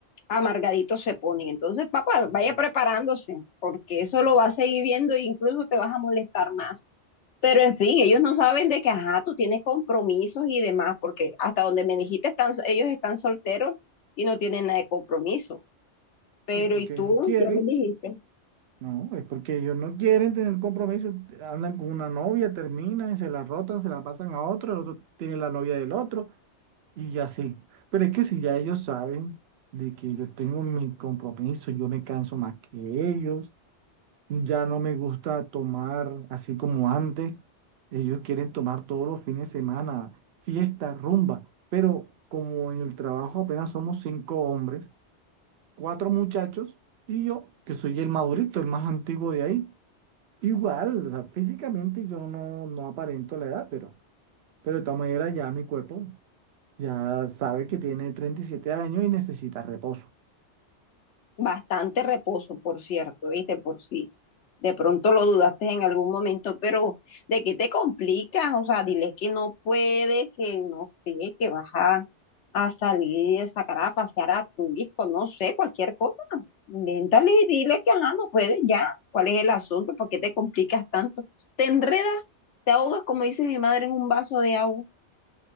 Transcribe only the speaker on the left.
amargaditos se ponen. Entonces, papá, vaya preparándose, porque eso lo vas a seguir viendo e incluso te vas a molestar más. Pero en fin, ellos no saben de que, ajá, tú tienes compromisos y demás, porque hasta donde me dijiste, están, ellos están solteros y no tienen nada de compromiso. Pero
y tú,
ya lo dijiste,
bastante reposo, por cierto, viste, por si De pronto lo dudaste en algún momento, pero ¿de qué te complicas? O sea, dile que no puedes, que no sé, que vas a a salir, sacar a pasear a tu hijo, no sé, cualquier cosa. Invéntale y dile que ajá, no puedes ya. ¿Cuál es el asunto? ¿Por qué te complicas tanto? Te enredas, te ahogas, como dice mi madre, en un vaso de agua.